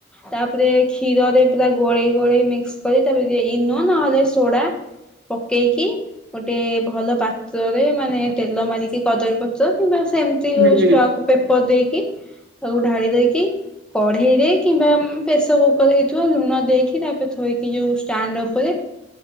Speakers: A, in the centre; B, on the right.
A: ତାପରେ କ୍ଷୀରରେ ପୁରା ଗୋଳେଇ ଗୋଳେଇ ମିକ୍ସ କରି ତାପରେ ଇନୋ ନହେଲେ ସୋଡା
B: ଁ <inaudible>
A: ପକେଇକି ଗୋଟେ ଭଲ ପାତ୍ରରେ ମାନେ ତେଲ ମାରିକି କଦଳୀ ପ ପାତ୍ର କିମ୍ବା ସେମ୍ତି
B: ହୁଁ
A: ଷ୍ଟକ୍ ପେପର୍ ଦେଇକି ତାକୁ ଢାଳି ଦେଇକି କଢେଇ ରେ କିମ୍ବା ପ୍ରେସ କୁକଲ୍ ହେଇଥିବ ଲୁଣ ଦେଇକି ତାପରେ ଥୋଇକି ଯୋଉ ଷ୍ଟାଣ୍ଡ ଉପରେ